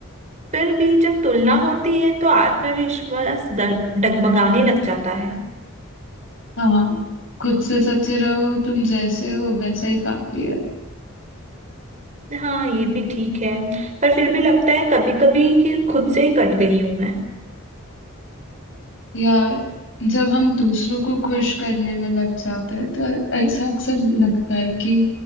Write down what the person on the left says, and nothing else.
हाँ खुद से सच्चे रहो तुम जैसे हो वैसे ही काफी है
यार जब हम दूसरों को खुश करने में लग जाते हैं तो ऐसा अक्सर लगता है कि